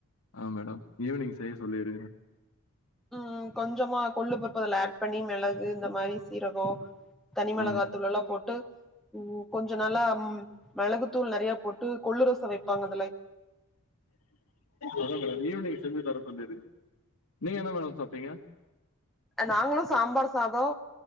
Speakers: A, on the left (about 80°); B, in the centre.
A: அ மேடம் ஈவினிங் செய்ய சொல்லிருங்க
B: ம் கொஞ்சமா கொள்ளு போட்டு அதுல அட் பண்ணி மிளகு இந்த மாரி சீரகோ தனி மெளகாத்தூள்லலா
A: ஆமா
B: போட்டு ம் கொஞ்சோ நல்லா ம் மெளகுதூள் நெறயா போட்டு கொள்ளு ரசம் வைப்பாங்க அதுல
A: அதா மேடம் ஈவினிங் செஞ்சு தர சொல்லிரு நீங்க என்ன மேடம் சாப்ட்டிங்க
B: நாங்களு சாம்பார் சாதோ